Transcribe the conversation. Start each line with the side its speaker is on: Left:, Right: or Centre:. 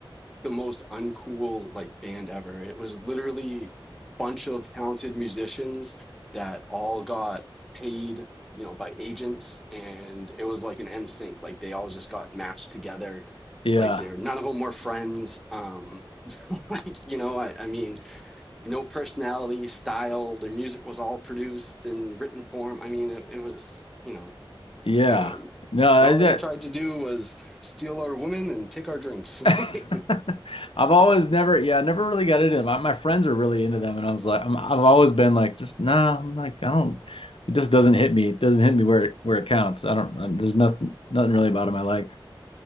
Centre: the most uncool like band ever. It was literally a bunch of talented musicians that all got paid, you know, by agents, and it was like an NSYNC. Like they all just got matched together.
Left: Yeah.
Centre: Like they're none of them were friends. Um, <laughs> like you know, I, I mean, no personality, style. Their music was all produced in written form. I mean, it, it was you know.
Left: Yeah.
Centre: Um,
Left: No,
Centre: and all
Left: that
Centre: they tried to do was steal our women and take our drinks.
Left: <laughs> I've
Centre: <laughs>
Left: always never, yeah, I never really got into them. I, my friends are really into them, and I was like, I'm, I've always been like, just nah, I'm like, I don't. It just doesn't hit me. It doesn't hit me where it, where it counts. I don't. uh, There's nothing, nothing really about them I liked.